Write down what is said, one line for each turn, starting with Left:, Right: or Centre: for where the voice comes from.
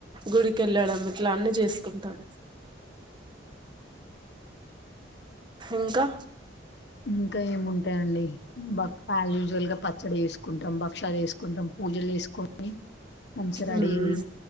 Right: గుడికెళ్ళడం ఇట్లా అన్ని చేసుకుంటాం ఇంకా
Left: ఇంకా ఏముంటాయండి బక్క యూజువల్ గా పచ్చడి వేసుకు కుంటాం పక్షాలు వేసు కొంచెం పూజలు వేసుకొని మంచి రెడీ
Right: మ్మ్
Left: అయ్యి